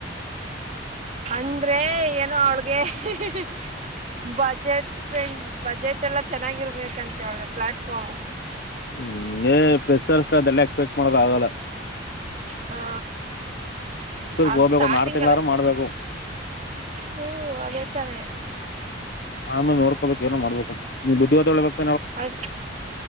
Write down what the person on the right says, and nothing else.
ಅಂದ್ರೆ ಏನೋ ಅವ್ಳಿಗೆ ಹಹ. ಬಜೆಟ್ ಫ್ರೆಂಡ್ ಬಜೆಟ್ ಎಲ್ಲ ಚೆನ್ನಾಗಿರ್ಬೇಕಂತೆ ಒಳಗೆ ಪ್ಲಾಟ್ಫಾರ್ಮ್.
ಹಾ ಅದು
ಸ್ಟಾರ್ಟಿಂಗ್
ಎಲ್ಲ
ಹ್ಮ ಅದೇ ತಾನೆ.
ಅದ